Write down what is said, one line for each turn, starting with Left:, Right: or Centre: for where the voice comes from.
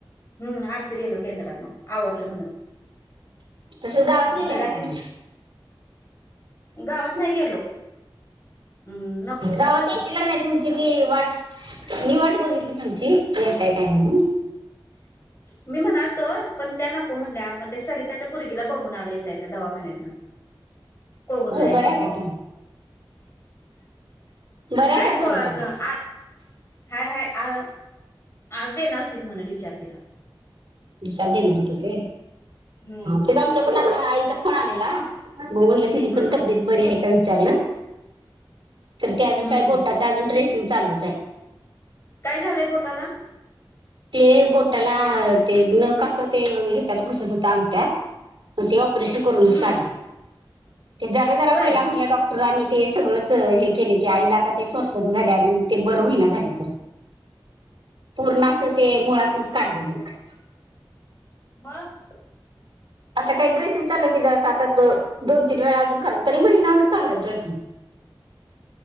Left: हम्म आरती गेलो केंद्रात मग आवरलं म्हणून
Right: तस गावात गेलेला
Left: मग घरात
Right: का
Left: येऊन
Right: म
Left: गावात नाही गेलो हम्
Right: गावात येश लग नाही तुमची मी वाट मी वाट बघितली तुमची येत आहे काय म्हणून
Left: मी म्हणालतो पण त्या नको म्हटल्या मग ते सरिताच्या पुर्गीला बघून आलं येतय त्या दवाखान्यातनं
Right: <inaudible>
Left: कोगण यांच्यातं
Right: बरं आहे काय त्या बरं
Left: हाय
Right: आहे काय पोरगीला
Left: कत आ हाय हाय आ आज देणार होती म्हणून विचारतेला
Right: विले नत ते
Left: हम्म
Right: ते आमच्या प आता आईचा फोन आलेला मग ची
Left: हम्म
Right: पण तब्येत बरी आहे का विचारलं तर अजून
Left: हम्म
Right: काय
Left: हम्म
Right: बोट अजून ्रेसिंग चालूच आहे
Left: काय झालंय बोटाला
Right: ते बोटाला ते न कसं ते ह्याच्यात घुसत होतं अंगट्यात मग ते ऑपरेशन करूनच
Left: हम्म
Right: काढले जरा जरा
Left: होय
Right: पहिला म्हट डॉ रानी ते सगळंच हे केले की आईला आता ते सोसंना न झाले अजून ते बरं होई ना झालेय. पूर्ण असं ते मुळातनच काढले मग.
Left: म
Right: आता काही ड्रेसिंग चालूय की जरा स दोन तीन वेळा अजून कराल तरी महिनावर चालूय ड्रेसिंग.